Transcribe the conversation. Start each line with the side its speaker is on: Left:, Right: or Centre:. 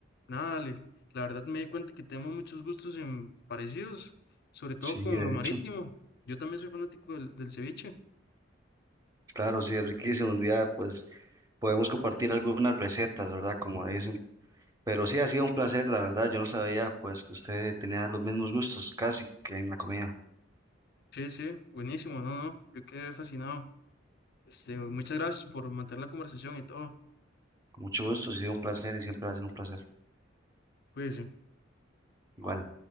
Left: nada, Ale, La verdad me di cuenta que tenemos muchos gustos en- parecidos, sobre todo
Right: Sí,
Left: con
Right: de
Left: lo marítimo.
Right: hecho,
Left: Yo también soy fanático del, del ceviche.
Right: claro, sí, es riquísimo. Un día pues podemos compartir algunas recetas, ¿verdad? Como dicen. Pero sí, ha sido un placer, la verdad. Yo no sabía pues que usted tenía los mismos gustos casi que en la comida.
Left: Sí, sí, buenísimo, no, no, yo quedé fascinado. Este, muchas gracias por mantener la conversación y todo.
Right: Con mucho gusto, ha sido un placer y siempre va a ser un placer.
Left: Cuídense.
Right: Igual.